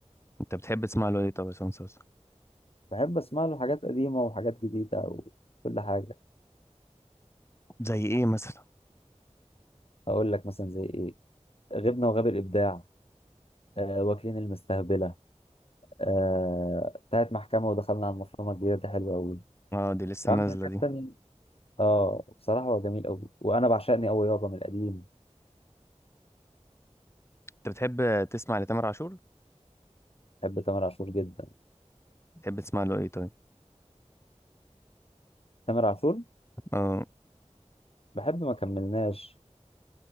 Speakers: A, on the left; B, on the left.
A: انت بتحب تسمع له ايه طب يا عصام صاصا
B: بحب أسمع له حاجات قديمة وحاجات جديدة وكل حاجة
A: زي ايه مثلا
B: أقول لك مثلا زي إيه غبنا وغاب الإبداع آه واكلين المستهبلة آه بتاعت محكمة ودخلنا على المفرمة الجديدة دي حلوة أوي
A: اه دي لسه
B: وعامل
A: نازله
B: حاجات
A: دي
B: تانية اه بصراحة هو جميل قوي وانا بعشقني قوي يابا من القديم
A: انت بتحب تسمع لتامر عاشور
B: بحب تامر عاشور جدا
A: بتحب تسمع له ايه طيب
B: تامر عاشور
A: اه
B: بحب ما كملناش